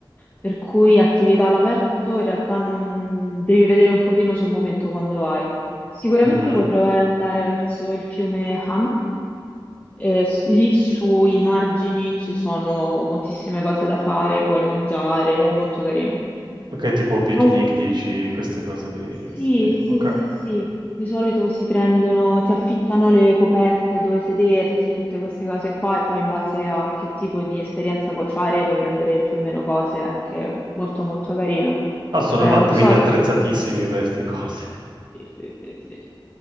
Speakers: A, on the left; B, on the right.
A: Per cui attività all'aperto in realtà non devi vedere un pochino sul momento quando vai. Sicuramente
B: Mhm.
A: puoi provare ad andare verso il fiume Han e s- lì sui margini ci sono moltissime cose da fare, puoi mangiare, è molto carino.
B: Ok, tipo picnic,
A: Altri...
B: dici, queste cose di... di... questo
A: Sì,
B: tipo.
A: sì,
B: Ok.
A: sì, sì. Di solito si prendono, ti affittano le coperte dove sederti, tutte queste cose qua, e poi in base a che tipo di esperienza puoi fare, puoi prendere più o meno cose, anche molto molto carino.
B: Ah, sono
A: Ora
B: avanti,
A: non so.
B: quindi attrezzatissimi per queste cose.
A: Sì, sì, sì, sì. sì.